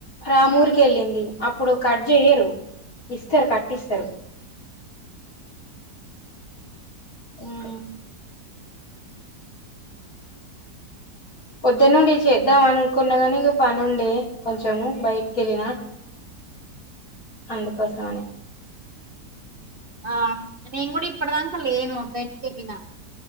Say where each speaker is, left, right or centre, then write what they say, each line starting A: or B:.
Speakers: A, on the left (about 50°); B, on the right (about 35°).
A: రామూర్కెళ్ళింది అప్పుడు కట్ జేయరు ఇస్తరు కట్టిస్తరు ఉమ్ పొద్దునుండి చేద్దాం అని అనుకున్నగానీ ఇంక పనుండే కొంచెము బయటికెళ్ళిన అందుకోసమని
B: ఆ నేను కూడా ఇప్పడదాంక నేను బయటకెళ్ళిన